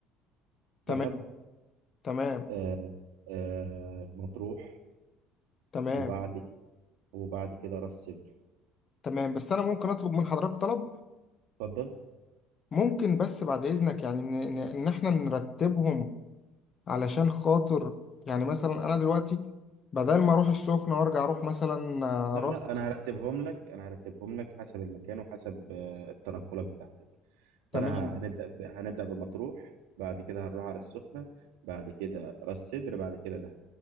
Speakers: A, on the left (about 40°); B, on the right (about 70°).
A: تمام
B: دهب
A: تمام
B: آه آه مطروح
A: تمام
B: وبعد كده وبعد كده راس سدر
A: تمام بس أنا ممكن أطلب من حضرتك طلب
B: اتفضل
A: ممكن بس بعد إذنك يعني إن إن إن إحنا نرتبهم علشان خاطر يعني مثلا أنا دلوقتي بدل ما أروح السخنة وأرجع أروح مثلا آه،
B: لا
A: راس
B: لا انا هرتبهم لك انا هرتبهم لك حسب المكان وحسب آه التنقلات بتاعتك
A: تمام
B: فانا ه- هنبدا ب... هنبدا بمطروح بعد كده هنروح على السخنه بعد كده راس سدر بعد كده دهب